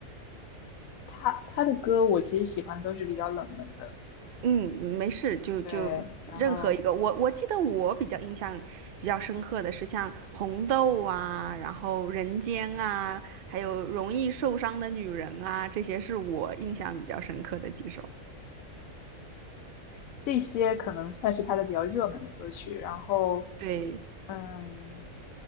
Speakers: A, on the left; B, on the right.
A: 她她的歌我其实喜欢都是比较冷门的，
B: 嗯，没事，就就任何一个。
A: 对，然后。
B: 我我记得我比较印象比较深刻的是像《红豆》啊，然后《人间》啊，还有《容易受伤的女人》啊，这些是我印象比较深刻的几首。
A: 这些可能算是他的比较热门的歌曲。然后，
B: 对，
A: 嗯，